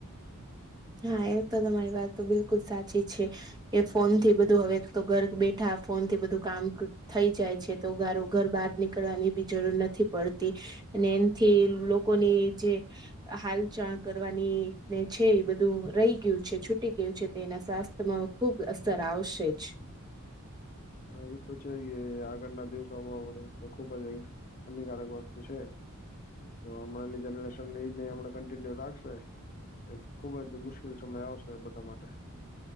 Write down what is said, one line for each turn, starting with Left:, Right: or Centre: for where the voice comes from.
Right: હા, એ તો તમારી વાત તો બિલકુલ સાચી છે. એ ફોન થી બધું હવે તો, ઘર બેઠા ફોન થી બધું કામ ક થઈ જાય છે. તો ઘર ઘરો બહાર નીકળવાની બી જરૂર નથી પડતી. અને એનથી લોકોની જે હાલચા કરવાની ને છે એ બધ તો રહી ગીયું છે, છૂટી ગીયું છે. તો તેના સ્વાસ્થ્યમાં ખુબ અસર આવશે જ.
Left: હા ઈ તો છે કે, આગળના દિવસોમાં આવડે તો ખુબ જ અઈ હાનિકારક વસ્તુ છે. જો હમણાંની જનરેશન ની ઈને હમણા કન્ટિન્યુ રાખશે ત એક ખુબ જ મુશ્કિલ સમય આવશે બધા માટે.